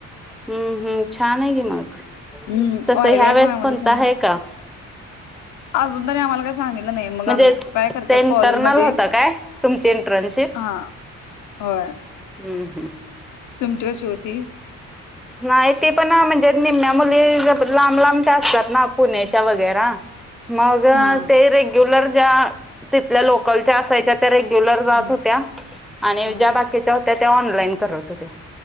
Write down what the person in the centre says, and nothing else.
हम्म हम्म छान आहे की मग
तसं
ह्या वेळेस
कोणता आहे का?
म्हणजे
ते इंटरनल
होता काय तुमची इंटर्नशिप
हम हम्.
नाही ते पण अ म्हणजे निम्म्या मुली लांब लांबच्या असतात ना पुणे चा वगैरा. मग
ते रेग्युलर ज्या तिथल्या लोकलच्या असायच्या त्या रेग्युलर जात
होत्या आणि
ज्या बाकीच्या होत्या ते ऑनलाईन करत होत्या.